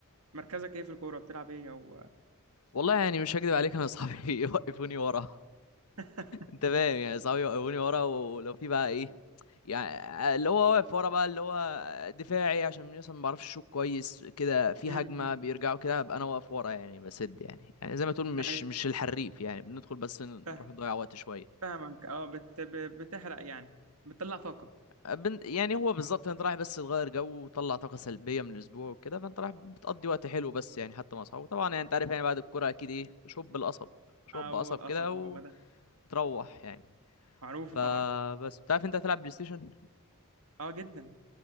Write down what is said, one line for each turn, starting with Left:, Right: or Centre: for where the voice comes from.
Right: مركزك ايه في الكورة بتلعب ايه او
Left: والله يعني مش هكدب عليك انا اصحابي <laughs> يوقفوني ورا
Right: <laughs>
Left: انت فاهم يعني صحابي وقفوني ورا ولو في بقى ايه يعني اللي هو واقف ورا بقى اللي هو دفاعي عشان مثلا ما بعرفش اشوط كويس كده في
Right: امم.
Left: هجمه بيرجعوا كده ابقى انا واقف ورا يعني بسد يعني يعني زي ما تقول مش
Right: ايوه
Left: مش الحريف يعني بندخل بس نروح
Right: فاهم
Left: نضيع وقت شويه
Right: فاهمك اه بت... ب- بتحرق يعني بتطلع طاقة
Left: اه، بن- يعني هو بالظبط انت رايح بس تغير جو وتطلع طاقه سلبيه من الاسبوع وكده فانت رايح بتقضي وقت حلو بس يعني حتى مع اصحابه طبعا يعني انت عارف يعني بعد الكوره اكيد ايه شوب القصب شوب
Right: هو
Left: قصب
Right: القصب
Left: كده
Right: هو ده
Left: وتروح يعني
Right: معروف
Left: فبس
Right: طبعا
Left: بتعرف انت هتلعب بلاي ستيشن
Right: اه جدا